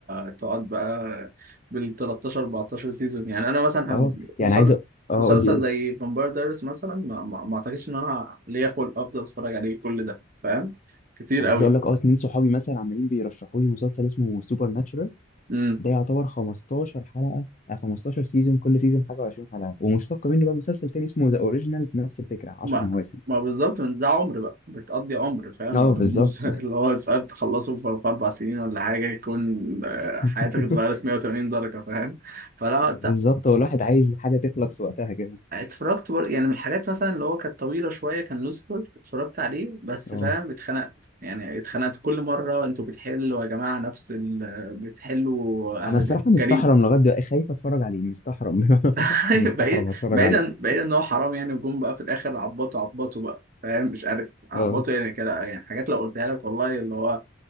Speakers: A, on the right; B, on the left.
A: تقعد بقى بال 13 14 سيزون يعني انا مثلا
B: اه
A: هم-
B: يعني
A: مسل-
B: عايز أ- اه
A: مسلسل
B: قول لي قول
A: زي
B: لي
A: فامباير دايرس مثلا ما, ما, ما اعتقدش ان انا ليا خلق افضل اتفرج عليه كل ده فاهم كتير
B: انا
A: قوي
B: عايز اقول لك اه اتنين صحابي مثلا عمالين بيرشحوا لي مسلسل اسمه سوبر ناتشورال
A: امم
B: ده يعتبر 15 حلقه آه، 15 سيزون كل سيزون حاجه و20 حلقه ومشتق منه بقى مسلسل تاني اسمه ذا اوريجينالز نفس الفكره 10
A: ما
B: مواسم
A: ما بالظبط من ده عمر بقى بتقضي عمر فاهم
B: اه
A: مع
B: بالظبط
A: المسلسل اللي هو فاهم تخلصه في في اربع سنين ولا حاجه يكون آه،
B: <laughs>
A: حياتك اتغيرت 180 درجه فاهم فلا
B: بالظبط هو الواحد عايز حاجه تخلص في وقتها كده
A: اتفرجت بر... يعني من الحاجات مثلا اللي هو كانت طويلة شوية كان لوسيفر اتفرجت عليه بس
B: اه
A: فاهم اتخنقت يعني اتخنقت كل مرة انتوا بتحلوا يا جماعة نفس ال... بتحلوا
B: انا
A: آه،
B: الصراحه
A: ج-
B: مستحرم
A: جريمة
B: لغايه دلوقتي خايف اتفرج عليه مستحرم <laughs>
A: <laughs>
B: مستحرم
A: بعيد
B: اتفرج
A: بعيدا
B: عليه
A: بعيدا ان هو حرام يعني وجم بقى في الاخر عبطوا عبطوا بقى فاهم مش عارف عبطوا
B: اه
A: يعني كده يعني حاجات لو قلتها لك والله اللي هو